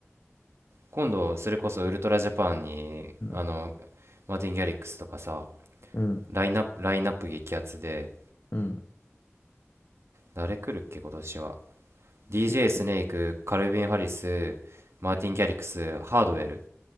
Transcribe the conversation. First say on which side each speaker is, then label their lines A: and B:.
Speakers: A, on the right; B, on the left.
A: 今度それこそウルトラジャパンにあの
B: うん。
A: マーティン・ギャリックスとかさ
B: うん。
A: ラインナップ、ラインナップ激アツで
B: うん。
A: 誰来るっけ今年は DJ
B: え、
A: スネークカルビン・ハリスマーティン・ギャリックスハードウェル